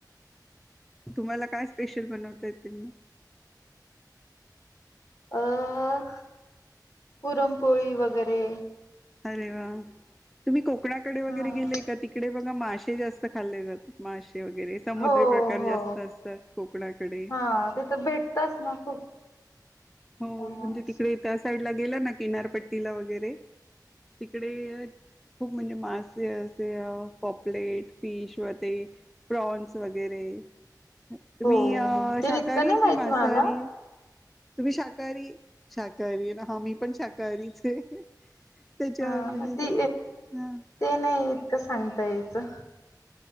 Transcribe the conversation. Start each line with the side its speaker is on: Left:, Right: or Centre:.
Centre: तुम्हाला काय स्पेशल बनवता येते मग?
Left: अह पुरमपोळी वगैरे
Centre: अरे वा! तुम्ही कोकणाकडे वगैरे
Left: हां.
Centre: गेले का, तिकडे बघा मासेे जास्त खाल्ले जातात मासे वगैरे समुद्र
Left: हो,
Centre: प्रकार
Left: हो.
Centre: जास्त असतात कोकणाकडे
Left: हां, तिथं भेटताच ना खूप
Centre: हो
Left: त्यामुळं.
Centre: म्हणजे तिकडे त्या साईड ला गेला ना किनारपट्टीला वगैरे तिकडे खूप म्हणजे मासे असे पॉपलेट फिश व ते प्रॉन्स वगैरे तुम्ही
Left: हो,
Centre: अह
Left: ते
Centre: शाकाहारी
Left: इतकं नाही माहिती
Centre: कि मांसाहारी?
Left: मला.
Centre: तुम्ही शाकाहारी शाकाहारी आहे ना. हा मी पण शाकाहारीच आहे त्याच्यावर
Left: हा
Centre: म्हण
Left: मग ते
Centre: हा
Left: ते नाही इतक सांगता याचं